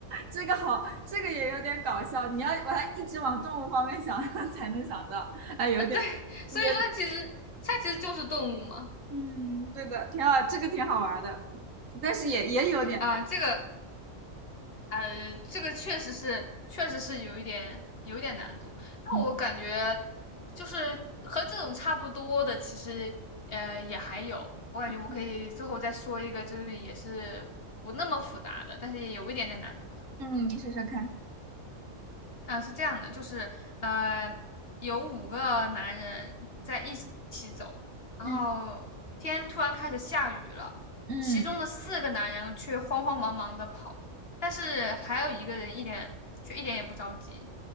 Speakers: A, on the right; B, on the left.
A: 这个好，这个也有点搞笑。你要把它一直往动物方面想，<laughs> 才能想到。哎，有点，
B: 啊，对，所以说他其实他其实就是动物嘛。
A: 有点嗯，对的，挺好，这个挺好玩的，但是也也有点难。
B: 啊，这个呃，这个确实是确实是有一点有一点难度。那我感觉
A: 嗯
B: 就是和这种差不多的，其实呃也还有。我感觉我可以最后再说一个，
A: 嗯，
B: 就是也是不那么复杂的，但是也有一点点难度的。
A: 嗯，你说说看。
B: 啊，是这样的，就是呃，有五个男人在一起走，然后天突然开始下雨了，
A: 嗯嗯
B: 其中的四个男人却慌慌忙忙的跑，但是还有一个人一点却一点也不着急。